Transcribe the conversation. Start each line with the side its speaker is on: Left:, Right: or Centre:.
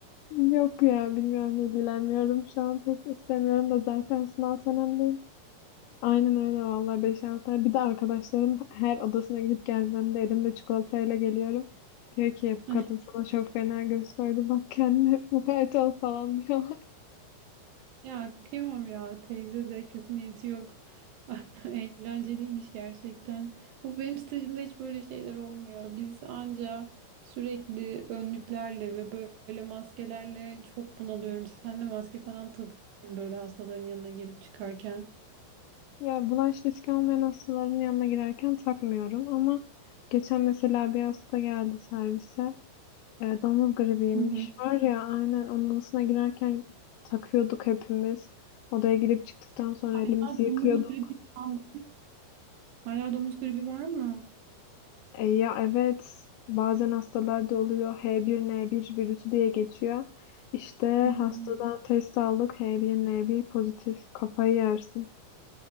Left: yok ya bilmiyorum ilgilenmiyorum şu an pek istemiyorum da zaten sınav senemdeyim. Aynen öyle vallahi beş altı tane. Bir de arkadaşlarım her odasına gidip gelmemde elimde çikolatayla geliyorum. Diyor ki bu
Right: <laughs>
Left: kadın sana çok fena göz koydu bak kendine <laughs> mukayyet ol falan diyor.
Right: Ya kıyamam ya teyze de kötü niyeti yok. <laughs> Eğlenceliymiş gerçekten. Bu benim stajımda hiç böyle şeyler olmuyor. Biz anca sürekli önlüklerle ve böyle maskelerle çok bunalıyorum. Sen de maske falan takıyorsun böyle hastaların yanına girip çıkarken.
Left: Yani bulaş riski olmayan hastaların yanına girerken takmıyorum ama geçen mesela bir hasta geldi servise. E, domuz gribiymiş.
Right: Hı hı.
Left: Var ya aynen onun odasına girerken takıyorduk hepimiz. Odaya girip çıktıktan sonra
Right: Hala
Left: elimizi yıkıyorduk.
Right: domuz gribi kaldı. Hala domuz gribi var mı?
Left: E, ya evet bazen hastalarda oluyor H1N1 virüsü diye geçiyor. İşte
Right: Hmm.
Left: hastadan test aldık H1N1 pozitif kafayı yersin.